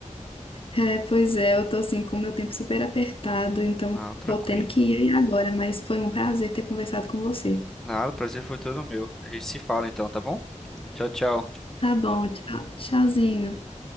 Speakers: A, on the left; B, in the centre.
A: É, pois é, eu tô assim com o meu tempo super apertado, então
B: Ah, tranquilo.
A: tô tendo que ir agora, mas foi um prazer ter conversado com você.
B: Nada, o prazer foi todo meu. A gente se fala então, tá bom? Tchau, tchau.
A: Tá bom, tchau, tchauzinho.